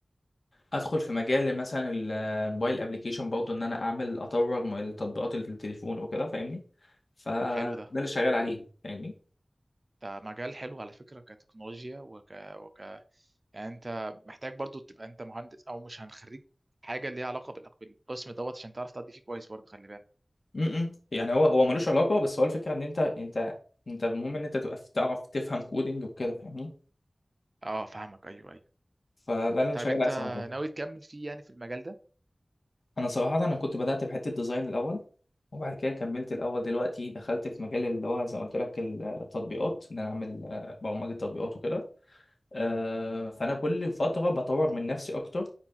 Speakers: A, on the left; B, on the right.
A: ادخل في مجال مثلا ال- الموبايل ابلكيشن برضه ان انا اعمل اطور م- التطبيقات اللي في التليفون وكده فاهمني فده
B: حلو ده
A: اللي شغال عليه فاهمني
B: ده مجال حلو على فكره كتكنولوجيا وك... وك يعني انت محتاج برضو تبقى انت مهندس او مش هنخرج حاجه ليها علاقه بالأق- بالقسم دوت عشان تعرف تأدي فيه كويس برضه خلي بالك
A: م-م. يعني هو هو ملوش علاقه بس هو الفكره ان انت انت انت المهم ان انت تبقى تعرف تفهم كودينج وكده فاهمني
B: اه فاهمك ايوه ايوه
A: فده اللي انا
B: طيب
A: شغال
B: انت
A: عليه صراحه
B: ناوي تكمل فيه يعني في المجال ده
A: انا صراحه انا كنت بدات بحته ديزاين الاول وبعد كده كملت الاول دلوقتي دخلت في مجال اللي هو زي ما قلت لك التطبيقات ان انا اعمل آه، برمجه تطبيقات وكده آه، فانا كل فتره بطور من نفسي اكتر